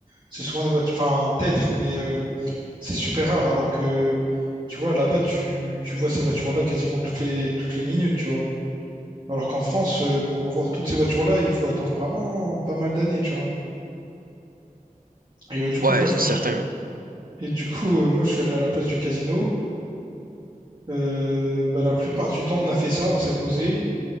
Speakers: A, on the right (about 30°); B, on the right (about 85°).
A: C'est souvent des voitures, enfin, peut-être, mais euh, c'est super rare. Alors que, tu vois, là-bas, tu, tu vois ces voitures-là quasiment toutes les, toutes les minutes, tu vois. Alors qu'en France, euh, pour voir toutes ces voitures-là, il faut attendre vraiment pas mal d'années, tu vois. Et euh, du
B: ouais,
A: coup, moi, je
B: c'est certain.
A: me suis... Et du coup, euh, moi, je suis allé à la place du casino. Euh, bah, la plupart du temps, on a fait ça, on s'est posé.